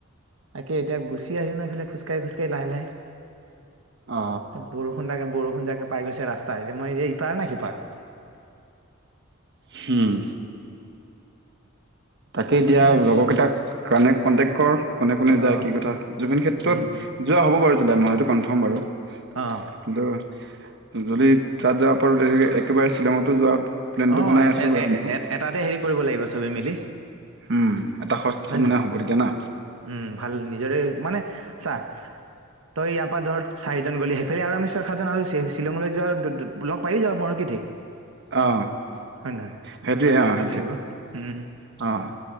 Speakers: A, on the right; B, on the right.
A: তাকে এতিয়া গুচি আহি নাই এইফালে খোজকাঢ়ি, খোজকাঢি লাহে- লাহে
B: অ
A: এয়া বৰষুণ থাকে বৰষুণ। বৰষুণ যাকে পাই গৈছে ৰাস্তা, যে মই যে ইপাৰ নে সিপাৰ
B: হম। তাকেই এতিয়া
A: একো নাই
B: লগৰকেইটাক কানেক্ট কণ্টেক্ট কৰ। কোনে কোনে
A: অ
B: যায় কি কথা, জুবিন ক্ষেত্ৰত
A: উম উম
B: যোৱা হ'ব বাৰু জুলাই মই, সেইটো কনফাৰ্ম বাৰু
A: অহ।
B: কিন্তু যদি তাত যাব পাৰো তে একেবাৰে শ্বিলঙতো যোৱা প্লেনটো
A: অ'
B: বনাই
A: এ-এ
B: আছো আৰু আমিও
A: এটাতে হেৰি কৰিব লাগিব চবেই মিলি
B: উম এটা খৰচ
A: হয়,
B: মানে
A: নহয়
B: হ'ব তেতিয়া না
A: উম' ভাল নিজৰে মানে চা তই ইয়াৰ পৰা ধৰ চাৰিজন গ'লি, সেইফালে আৰু আমি চ <unintelligible> জান আৰু শ্বিলঙলৈ যোৱা লগ পায়েই যাব পাৰো কি ঠিক।
B: অ
A: হয়, নহয়
B: সেইটোৱে
A: লগ পাই গলে
B: অ
A: ভাল
B: সেইটোৱে
A: লাগিব উম'।
B: অ'